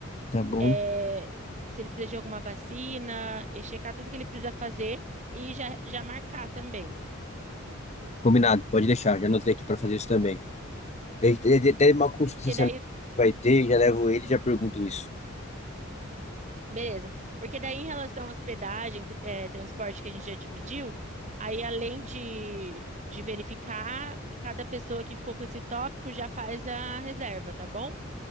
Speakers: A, on the left (about 35°); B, on the right (about 35°).
A: Tá bom.
B: é, se ele precisa de alguma vacina, e checar tudo que ele precisa fazer e já, já marcar também.
A: Combinado, pode deixar. Já anotei aqui pra fazer isso também. Eu te- Até uma consulta
B: Que
A: essa semana
B: daí,
A: que vai ter, já levo ele e já pergunto isso.
B: beleza. Porque daí, em relação à hospedagem, t- é, transporte que a gente já dividiu, aí além de, de verificar, cada pessoa que ficou com esse tópico já faz a reserva, tá bom?